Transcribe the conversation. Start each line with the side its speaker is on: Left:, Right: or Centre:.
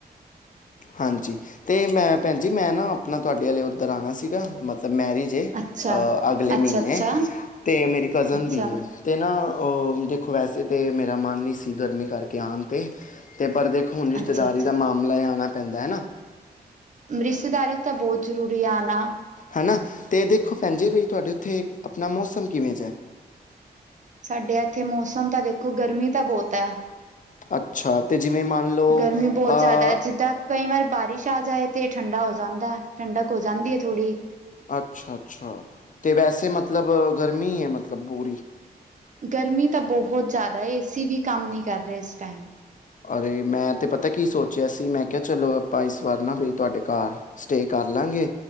Left: ਹਾਂਜੀ ਤੇ ਮੈਂ ਭੈਣ ਜੀ ਮੈਂ ਨਾ ਆਪਣਾ ਤੁਵਾਡੇ ਆਲੇ ਉੱਧਰ ਆਣਾ ਸੀਗਾ ਮਤਲਬ ਮੈਰਿਜ ਜੇ
Right: ਅੱਛਾ ਅੱਛਾ
Left: ਅਗਲੇ
Right: ਅੱਛਾ
Left: ਮਹੀਨੇ
Right: ਅੱਛਾ
Left: ਤੇ ਮੇਰੀ ਕਜ਼ਨ
Right: ਅੱਛਾ
Left: ਦੀ ਏ। ਤੇ ਨਾ ਉਹ ਦੇਖੋ ਵੈਸੇ ਤਾਂ ਮੇਰਾ ਮਨ ਨਹੀਂ ਸੀ ਗਰਮੀ ਕਰਕੇ ਆਣ ' ਤੇ ਪਰਦੇ
Right: ਅੱਛਾ
Left: ਰਿਸ਼ਤੇਦਾਰੀ
Right: ਅੱਛਾ
Left: ਦਾ ਮਾਮਲਾ ਆਣਾ ਪੈਂਦਾ ਹੈਨਾ।
Right: ਰਿਸ਼ਤੇਦਾਰੀ ਤਾਂ ਬਹੁਤ ਜ਼ਰੂਰੀ ਆ ਨਾ।
Left: ਹੈ ਨਾ ਤੇ ਦੇਖੋ ਭੈਣ ਜੀ ਵੀ ਤੁਹਾਡੇ ਉੱਥੇ ਆਪਣਾ ਮੌਸਮ ਕਿਵੇਂ ਜੇਹਾ ਹੈ।
Right: ਸਾਡੇ ਇੱਥੇ ਮੌਸਮ ਤਾਂ ਦੇਖੋ ਗਰਮੀ ਤਾਂ ਬਹੁਤ ਹੈ।
Left: ਅੱਛਾ ਤੇ ਜਿਵੇਂ ਮੰਨ ਲਉ
Right: ਗਰਮੀ ਬਹੁਤ
Left: ਆ।
Right: ਜ਼ਿਆਦਾ ਹੈ ਜਿੱਦਾਂ ਕਈ ਵਾਰ ਬਾਰਿਸ਼ ਆ ਜਾਏ ਤਾਂ ਠੰਡਾ ਹੋ ਜਾਂਦਾ, ਠੰਡਕ ਹੋ ਜਾਂਦੀ ਹੈ ਥੋੜੀ।
Left: ਅੱਛਾ- ਅੱਛਾ ਤੇ ਵੈਸੇ ਮਤਲਬ ਗਰਮੀ ਹੈ, ਮਤਲਬ ਬੂਰੀ।
Right: ਗਰਮੀ ਤਾਂ ਬਹੁਤ ਜ਼ਿਆਦਾ ਹੈ, ਏਸੀ ਵੀ ਕੰਮ ਨਹੀਂ ਕਰ ਰਹੇ ਇਸ ਟਾਈਮ।
Left: ਅਰੇ ਮੈਂ ਤਾਂ ਪਤਾ ਕੀ ਸੋਚਿਆ ਸੀ ਮੈਂ ਕਿਹਾ ਚਲੋ ਆਪਾਂ ਇਸ ਵਾਰ ਨਾ ਬਈ ਤੁਹਾਡੇ ਘਰ ਸਟੇਅ ਕਰ ਲਾਂਗੇ